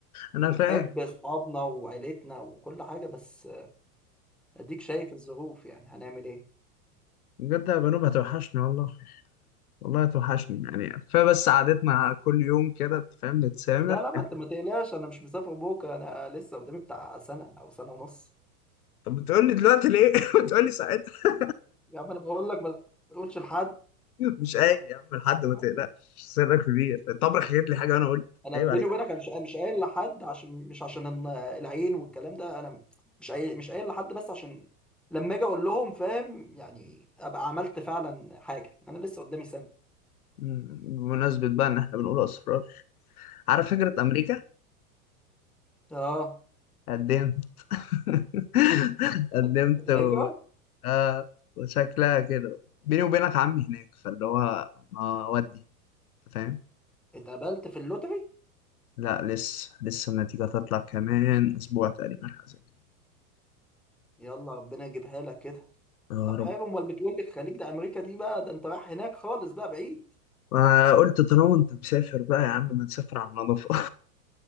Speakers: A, in the centre; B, on the left (about 75°).
A: احنا
B: أنا
A: بنحب
B: فاهم
A: اصحابنا وعيلتنا وكل حاجه بس اديك شايف الظروف يعني هنعمل ايه
B: بجد يا بنوب هتوحشني والله والله توحشني يعني فبس قعدتنا كل يوم كده انت فاهم نتسامر
A: لا لا ما
B: يعني
A: انت ما تقلقش انا مش مسافر بوكا انا لسه قدامي بتاع سنه او سنه ونص
B: طب بتقول لي دلوقتي ليه؟ <laughs> بتقول لي ساعتها
A: يا عم انا بقول لك ما تقولش لحد
B: مش قايل يا عم لحد ما
A: <laughs>
B: تقلقش سرك كبير طب حكيت لي حاجه وانا قلت
A: انا
B: عيب
A: بيني
B: عليك
A: وبينك انا مش مش قايل لحد عشان مش عشان إن- العين والكلام ده انا مش قايل مش قايل لحد بس عشان لما اجي اقول لهم فاهم يعني ابقى عملت فعلا حاجه انا لسه قدامي سنه
B: مم، بمناسبة بقى إن إحنا بنقول أسرار عارف فكرة أمريكا؟
A: اه
B: قدمت <laughs> قدمت
A: قدمت في
B: و...
A: الهجره
B: آه وشكلها كده بيني وبينك عمي هناك فاللي هو ما ودي أنت فاهم؟
A: اتقبلت في اللوتري
B: لا لسه لسه النتيجة تطلع كمان أسبوع تقريبا حاجة زي كده.
A: يلا ربنا يجيبها لك كده
B: يا
A: طب حلو
B: رب
A: امال بتقول لي الخليج ده امريكا دي بقى ده انت رايح هناك خالص بقى بعيد
B: ما قلت طالما انت مسافر بقى يا عم ما نسافر على النظافة